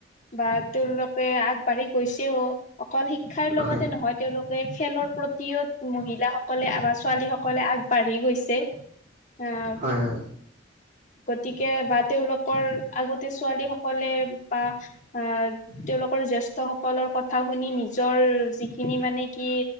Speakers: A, on the left (about 40°); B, on the right (about 45°).
A: বা তেওঁলোকে আগবাঢ়ি গৈছেও অকল শিক্ষাৰ লগতে
B: হয়
A: নহয় তেওঁলোকে খেলৰ প্ৰতিও মহিলা সকলে আমাৰ ছোৱালী সকলে আগবাঢ়ি গৈছে আহ
B: হয় হয়
A: গতিকে বা তেওঁলোকৰ আগতে ছোৱালী সকলে বা আহ তেওঁলোকৰ জ্যেষ্ঠ সকলৰ কথা শুনি নিজৰ যিখিনি মানে কি